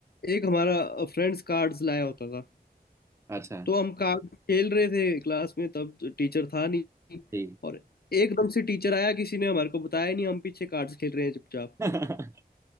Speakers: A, on the left; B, on the right.
A: एक हमारा फ्रेंड्स कार्ड्स लाया होता था
B: अच्छा
A: तो हम कार्ड खेल रहे थे क्लास में तब टीचर था नहीं
B: ठीक
A: और एकदम से टीचर आया किसी ने हमारे को बताया नहीं हम पीछे कार्ड्स खेल रहे हैं चुपचाप
B: <laughs>